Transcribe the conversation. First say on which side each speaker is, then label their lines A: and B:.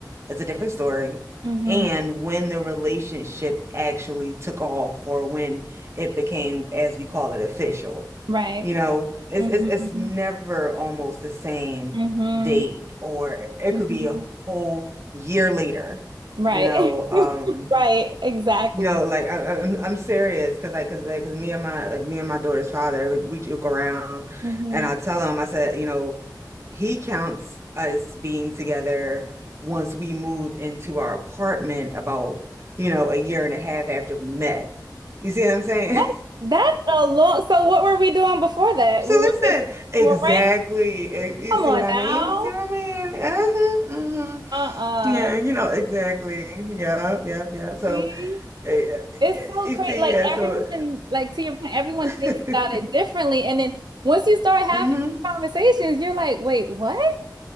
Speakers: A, on the right; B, on the right.
A: is a different story.
B: hmm
A: And when the relationship actually took off, or when it became, as we call it, official.
B: Right.
A: You know, it's
B: hmm
A: it's it's never almost the same
B: hmm
A: date, or it
B: hmm
A: could be a whole year later.
B: Right.
A: You know, um,
B: <laughs> Right. Exactly.
A: you know, like I, I- I'm I'm serious because like because like 'cause me and my like me and my daughter's father, we joke around,
B: hmm
A: and I tell him I said, you know, he counts us being together once we moved into our apartment about you know a year and a half after we met. You see what I'm saying?
B: That- That's a long. So what were we doing before that?
A: So
B: We were
A: listen,
B: just
A: exactly.
B: well,
A: Eh, You
B: come
A: see
B: on
A: what I
B: now.
A: mean? You see what I mean? Uh-huh, mhm.
B: Uh-uh.
A: Yeah, you know, exactly. Yep, yep, yep. So,
B: See,
A: eh, eh,
B: it's so
A: you
B: crazy.
A: see,
B: Like
A: yeah, so.
B: everyone, like to your point, everyone
A: <laughs>
B: thinks about it differently. And then once you start having
A: hmm
B: conversations, you're like, wait, what?